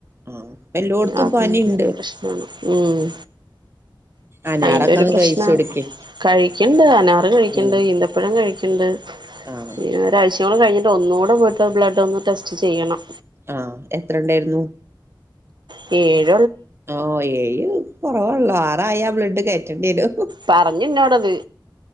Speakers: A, on the right; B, on the right.
A: ആഹ് ഇപ്പെല്ലോട്ത്തും
B: അതിന്റെ
A: പനിണ്ട്
B: പ്രശ്നാണ് മ്മ്
A: അനാറൊക്കെ
B: അയിന്റെ ഒരു
A: ഒന്ന്
B: പ്രശ്നം
A: കഴിച്ചൊടുക്ക്
B: കഴിക്കണ്ട് അനാറ് കഴിക്കണ്ട്
A: ഉം
B: ഈന്തപ്പഴം കഴിക്കണ്ട്
A: ആഹ്
B: പിന്നെ - <unintelligible> കഴിഞ്ഞിട്ട് ഒന്നൂടെ പോയിട്ട് ബ്ലഡോന്ന് ടെസ്റ്റ് ചെയ്യണം
A: ആ എത്ര ഉണ്ടായിരുന്നു
B: പേ <unintelligible>
A: ഓ ഏയി കൊറവാ ള്ളറായ ബ്ലഡ് കേറ്റെണ്ടിവരും
B: പറഞ്ഞ് എന്നോടത്